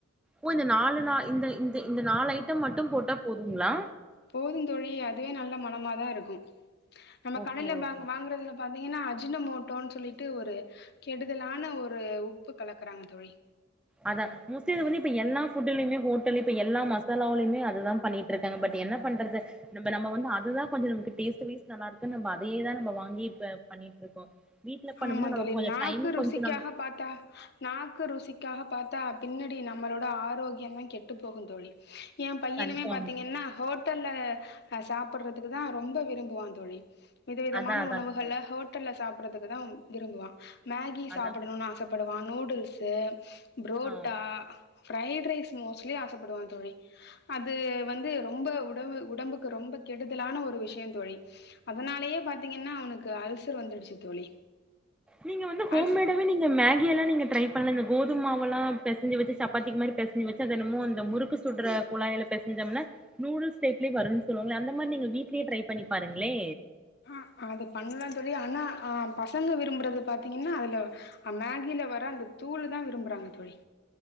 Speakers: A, in the centre; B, on the left.
A: ஓ இந்த நாலு நா இந்த இந்த நாலு ஐட்ட மட்டு போட்டா போதுங்ளா
B: போதுந்தோழி அதுவே நல்ல மனமாதா இருக்கு நம்ம
A: ஓகே
B: கடையில
A: ஓகே
B: வ வாங்குறதுல பாத்தீங்கனா அஜினமோட்டோன் சொல்லிட்டு ஒரு கெடுதலான ஒரு உப்பு கலக்றாங்க தோழி
A: அதா மோஸிட்லி வந்து இப்ப எல்லா ஃபுட்லயுமே ஹோட்டலு இப்ப எல்லா மசாலாவலமே அதுதா பண்ணிட் ட்ருக்காங்க பட் என்ன பண்றது நம்ப நம்ம வந்து அதுதா கொஞ்ச நமக்கு டேஸ்ட் வைஸ் நல்லா இருக்கு நம்ம அதேயேதா நம்ப வாங்கி இப்ப பண்ணிட் இருக்கோ வீட்ல பண்ணோம்னா
B: ஆமா
A: நமக்கு
B: தோழி
A: கொஞ்சோ
B: நாக்கு
A: டைம்
B: ருசிக்காக
A: கொஞ்சோ நமக்கு
B: பாத்தா நாக்கு ருசிக்காக பாத்தா பின்னடி நம்பளோட ஆரோக்கிய தா கெட்டுப்போகு தோழி ஏ பையனுமே
A: கன்ஃபார்ம்
B: பாத்தீங்கனா ஹோட் ஹோட்டல்ல சாப்பிடுறதுக்கு தா ரொம்ப விரும்புவா தோழி விதவிதமான
A: அதா அதாங்க
B: உணவுகள ஹோட் ஹோட்டல சாப்றதுக்குதா விரும்புவா மேகி
A: அதா
B: சாப்டணுனு ஆசப்படுவா நூடுல்ஸு புரோட்டா
A: ஆ
B: ஃப்ரைட் ரைஸ் மோஸ்ட்லி ஆசப்படுவா தோழி அது வந்து ரொம்ப உடபு உடம்புக் ரொம்ப கெடுதலான ஒரு விஷய தோழி அதனாலேயே பாத்தீங்கன்னா அவனுக்கு அல்சர் வந்துடுச்சு தோழி
A: நீங்க வந்து ஹோம்மேடா
B: அஸ்
A: நீங்க மேகி எல்லா நீங்க ட்ரை பண்லா இந்த கோதும மாவலா பெசஞ்சு வச்சு சப்பாத்தி மாரி பெசஞ்சு வச்சு அத என்னமோ அந்த முறுக்குஸ் சுடுற குழாயில பேசஞ்சம்னா நூடுல்ஸ் சேப்ல வரு சொல்லுவாங்கல அந்த மாரி நீங்க வீட்லயே ட்ரை பண்ணி பாருங்ளே
B: ஆ அது பண்லா தோழி ஆனா ஆ பசங்க விரும்புறது பாத்தீங்கனா அதுல அன் மேகில வர அந்த தூள் தா விரும்புறாங்க தோழி